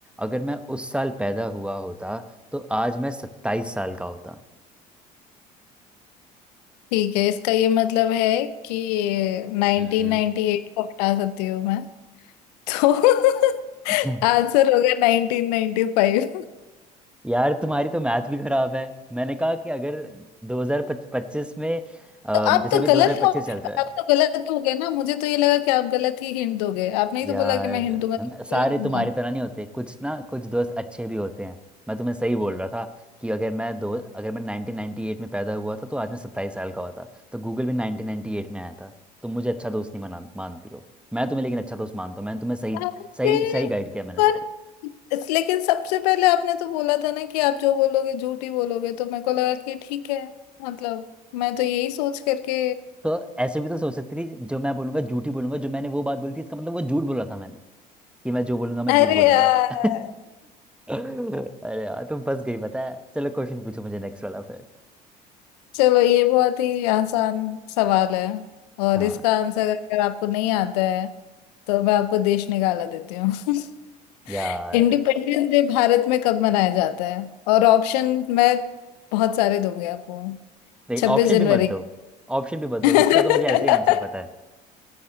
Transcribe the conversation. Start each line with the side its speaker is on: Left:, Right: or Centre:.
Centre: अगर मैं उस साल पैदा हुआ होता तो आज मैं 27 साल का होता
Left: ठीक है इसका ये मतलब है कि 1998
Centre: हम्म
Left: को हटा सकती हूँ मैं तो <laughs>
Centre: <laughs>
Left: आंसर होगा 1995
Centre: यार तुम्हारी तो मैथ भी खराब है मैंने कहा कि अगर 2025 में अ,
Left: तो
Centre: जैसे
Left: आप तो
Centre: अभी
Left: गलत
Centre: 2025
Left: हो
Centre: चल रहा है
Left: आप तो गलत हो गए ना मुझे तो ये लगा कि आप गलत ही हिंट दोगे आपने ही
Centre: यार
Left: तो बोला कि मैं हिंट दूंगा तो
Centre: हम सारे
Left: गलत दूंगा
Centre: तुम्हारी तरह नहीं होते कुछ ना कुछ दोस्त अच्छे भी होते हैं मैं तुम्हें सही बोल रहा था कि अगर मैं दो अगर मैं 1998 में पैदा हुआ था तो आज मैं 27 साल का होता तो गूगल भी 1998 में आया था तुम मुझे अच्छा दोस्त नहीं मना मानती हो मैं तुम्हें लेकिन अच्छा दोस्त मानता हूँ मैंने तुम्हें सही
Left: अरे
Centre: सही सही गाइड किया मैंने
Left: पर
Centre: तुम्हें
Left: इस- लेकिन सबसे पहले आपने तो बोला था ना कि आप जो बोलोगे झूठ ही बोलोगे तो मेरे को लगा कि ठीक है मतलब मैं तो यही सोच करके
Centre: तो ऐसे भी तो सोच सकती थी जो मैं बोलूंगा झूठ ही बोलूंगा जो मैंने वो बात बोली थी इसका मतलब वो झूठ बोला था मैंने कि मैं जो बोलूंगा मैं
Left: अरे
Centre: झूठ बोलूंगा
Left: यार
Centre: <laughs> अरे यार तुम फंस गई पता है चलो क्वेश्चन पूछो मुझे नेक्स्ट वाला फिर
Left: चलो ये बहुत ही आसान सवाल है और
Centre: हाँ
Left: इसका आंसर अगर आपको नहीं आता है तो मैं आपको देश निकाला देती हूँ <laughs>
Centre: यार
Left: इंडिपेंडेंस डे भारत में कब मनाया जाता है और ऑप्शन मैं बहुत सारे दूंगी आपको
Centre: नहीं
Left: छब्बीस
Centre: ऑप्शन
Left: जनवरी
Centre: भी मत दो ऑप्शन भी मत दो
Left: <laughs>
Centre: इसका तो मुझे ऐसे ही आंसर पता है